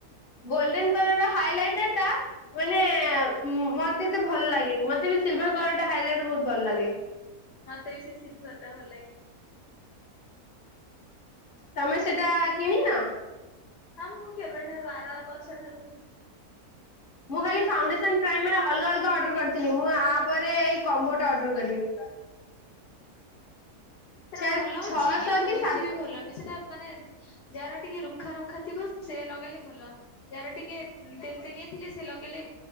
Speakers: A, on the left; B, on the left.
A: golden colour ର ହାଇଲାଇଟର ଟା ମାନେ ମତେତେ ଭଲ ଲାଗେନି। ମତେ ତେବି ସିଲ୍ଭର କଲର ଟା ହାଇଲାଇଟ ବହୁତ ଭଲ ଲାଗେ।
B: ମତେ ବି ସେ ସିଲ୍ଭର ଟା ଭଲ ଲାଗେ।
A: ତମେ ସେଟା କିଣି ନ?
B: ହଁ ମୁଁ କେବେଠାରୁ ଆର ବର୍ଷ ଠାରୁ କିଣିଥିଲି ।
A: ମୁଁ ଖାଲି ଫାଉଣ୍ଡେସନ ପ୍ରାଇମର ଅଲଗା ଅଲଗା ଅର୍ଡର କରିଥିଲି। ମୁଁ ଆପରେ ଏଇ କମ୍ବୋଟା ଅର୍ଡର କରିବି।
B: ହୁଁ। ସେଟା
A: ଛେ
B: ଭଲ
A: ଛଅଶହ
B: ଅଛି କିନ୍ତୁ
A: କି
B: ବେଶୀ
A: ସାତ
B: ବି ଭଲ ନୁହେଁ ସେଟା ମାନେ ଯାାର ଟିକେ ରୁଖା ରୁଖା ଥିବ ସେ ଲଗେଇଲେ ଭଲ ଯାାର ଟିକେ ତେଲିଏ ଥିଲେ ସେ ଲଗେଇଲେ